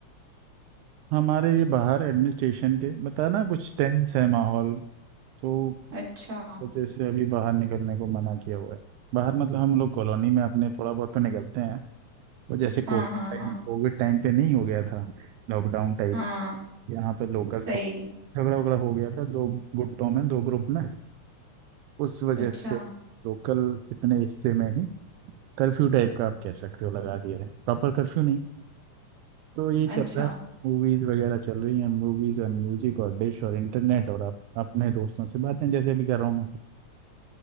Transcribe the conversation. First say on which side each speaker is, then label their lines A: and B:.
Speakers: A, on the right; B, on the right.
A: हमारे ये बाहर एडमिनिस्ट्रेशन के बता ना कुछ टेंस है माहौल तो
B: अच्छा
A: तो जैसे अभी बाहर निकलने को मना किया हुआ है बाहर मतलब हम लोग कॉलोनी में अपने थोड़ा बहुत तो निकलते हैं वो जैसे कोविड
B: हाँ हाँ हाँ
A: टाइम कोविड टाइम पे नहीं हो गया था लॉकडाउन टाइप
B: हाँ
A: यहाँ पे लोकल
B: सही
A: थोड़ा झगड़ा वगड़ा हो गया था दो गुटों में दो ग्रुप में उस वजह
B: अच्छा
A: से लोकल इतने हिस्से में ही कर्फ्यू टाइप का आप कह सकते हो लगा दिया है प्रॉपर कर्फ्यू नहीं तो यही चल
B: अच्छा
A: रहा है मूवीज वगैरह चल रही हैं मूवीज और म्यूजिक और डिश और इंटरनेट और आप अपने दोस्तों से बातें जैसे अभी कर रहा हूँ मैं